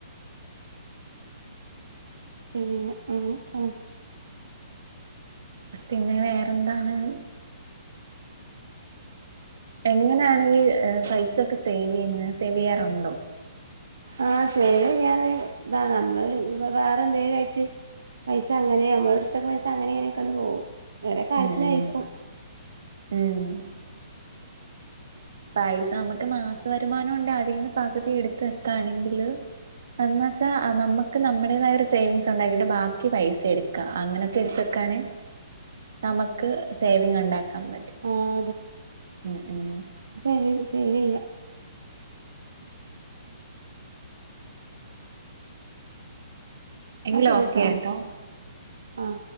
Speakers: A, on the right (about 85°); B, on the right (about 65°).
A: പിന്നെ അ <unintelligible>
B: പിന്നെ വേറെ എന്താണ് എങ്ങനണ് ഈ പൈസൊക്കെ സേവെയ്ന്നസേവ് യ്യാറുണ്ടോ
A: ആ സേവിയർ ആ നമ്മൾ വേറെയെന്തേലുംആയിട്ട് പൈസ അങ്ങനെ നമ്മൾ ഇടത്ത്കണ വെക്കണ പൈസ അങ്ങനെ ഇങ്ങനെ ആയിട്ട് പോവും വേറെ കാര്യത്തിനാരിക്കും
B: ഉം ഉം ഉം പൈസ മ മാസ വരുമാനംണ്ട് അതീന്ന് പകുതി എടുത്ത വെക്കണെങ്കില് <unintelligible> പ നമക്ക് നമ്മുടേതായ ഒരു സേവിങ്സ് ഉണ്ടാക്കിട്ട് ബാക്കി പൈസ എടുക്കാം അങ്ങനെയൊക്കെ എടുത്തക്കാണേ നമുക്ക് സേവിങ് ഉണ്ടാക്കാൻ പറ്റും
A: ആഹ്
B: ഉം ഉം
A: സേവെയ്യാം
B: എങ്കിലൊക്കെ
A: എന്നാ ശരിട്ടോ
B: ട്ടോ
A: ആഹ്